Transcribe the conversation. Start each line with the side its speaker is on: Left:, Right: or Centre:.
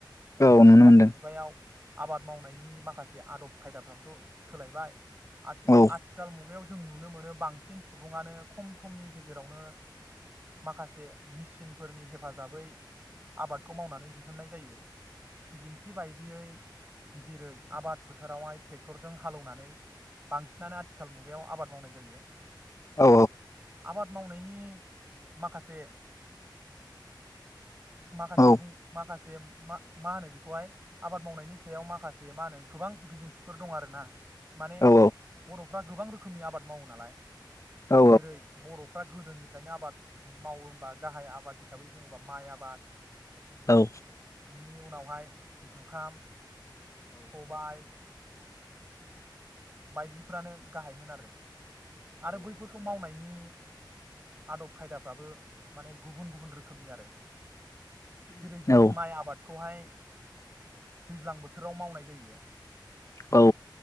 Left: औ
Right: जौगालु
Left: नुनो मोनदों
Right: मुगायाव आबाद मावनायनि माखासे जे आदब खायदाफ्राथ' सोलायबाय आथि
Left: औ
Right: आथिखाल मुगायाव जों नुनो मोनो बांसिन सुबुङानो खम समनि गेजेरावनो माखासे मेसिनफोरनि हेफाजाबै आबादखौ मावनानै दिहुननाय जायो। बिदिन्थि बायदियै जेरै आबाद फोथारावहाय टेक टेक्टरजों हालेवनानै बांसिनानो आथिखाल मुगायाव आबाद मावनाय जायो।
Left: औ
Right: आबाद मावनाय नि माखासे माखासे
Left: औ
Right: बुं माखासे जे मा होनो बेखौहाय आबाद मावनायनि सायाव माखासे मा होनो गोबां बिदिन्थि फोर दं आरो ना। माने
Left: औ
Right: बर' बर' फोरा गोबां रोखोमनि आबाद मावो नालाय
Left: औ
Right: जेरै बर' फ्रा गोदोनिफ्रायनो आबाद मावो होमबा गाहाय आबाद हिसाबै बुङोबा माइ आबाद।
Left: औ
Right: बिनि उनावहाय जुखाम सबाइ बायदिफ्रानो गाहायमोन आरो आरो बैफोरखौ मावनायनि आदब खायदाफ्राबो माने गुबुन गुबुन रोखोमनि आरो जेरै जों
Left: औ
Right: माइ आबाद। खौहाय दैज्लां बोथोराव मावनाय जायो।
Left: औ